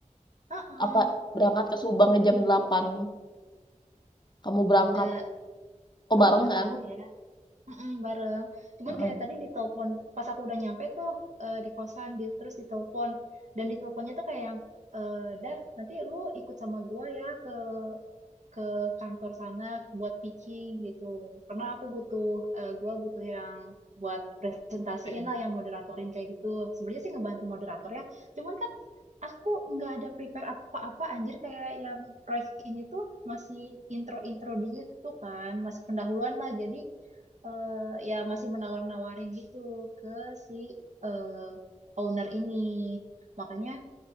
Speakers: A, on the right; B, on the left.
A: heeh,
B: Apa berangkat
A: jam 8.
B: ke Subang jam delapan Kamu berangkat.
A: Da,
B: Oh,
A: aku
B: bareng
A: gak
B: kan?
A: tahu ya. Mm-mm, bareng. Cuman
B: Mm-mm.
A: kayak tadi ditelepon, pas aku udah nyampe tuh eh, di kosan, di, terus ditelepon. Dan diteleponnya tuh kayak yang, eh, Dar, nanti lu ikut sama gua ya ke ke kantor sana buat pitching gitu. Karena aku butuh, eh, gua butuh yang buat presentasiin
B: keren.
A: lah, yang moderatorin kayak gitu. Sebenarnya sih ngebantu moderator ya. Cuman kan aku nggak ada prepare apa-apa anjir kayak yang proyek ini tuh masih intro-intro di situ kan, masih pendahuluan lah. Jadi eh, ya masih menawar-nawarin gitu ke si eh, owner ini. Makanya